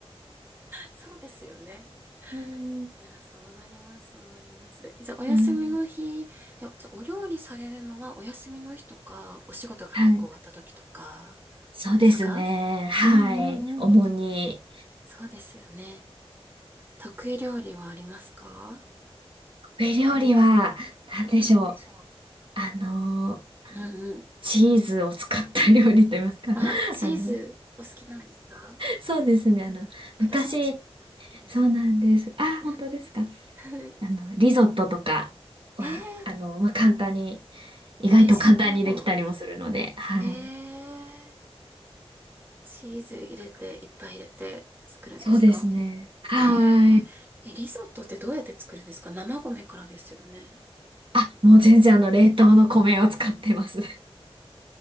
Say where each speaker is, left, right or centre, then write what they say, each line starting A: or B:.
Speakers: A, on the right; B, on the right.
A: そうですよね。
B: うん、
A: いや、そうなります、そうなります。じゃあ、お休みの日、
B: うん、
A: え、じゃあ、お料理されるのはお休みの日とか、お仕事が早く終わった時とか、
B: はい。そうですね。
A: ですかそうかです。
B: はい。
A: うんうんうん。
B: 主に。
A: そうですよね。得意料理はありますか
B: ウェイ料理は、
A: いや、
B: なんでしょう。
A: うん。でしょ
B: あの、
A: ううんうん。
B: チーズを使った料理と言いますか。
A: あ、
B: <laughs>
A: チーズお好きなんですか
B: あの、そうですね。あの、
A: 私もチーズ大好きです。
B: 昔、そうなんです。あ、
A: うん
B: 本当ですか。
A: <laughs>
B: あの、リゾットとかは、
A: えー、
B: あの、まあ、簡単に、意外と簡単にできたりもするので、
A: 美味しそう。
B: はい。
A: へえ、チーズ入れて、いっぱい入れて作るんですかそうかで
B: そうですね。はい。
A: す。へえ、えリゾットってどうやって作るんですか生米からですよね。
B: あ、もう全然あの冷凍の米を使ってます。<laughs>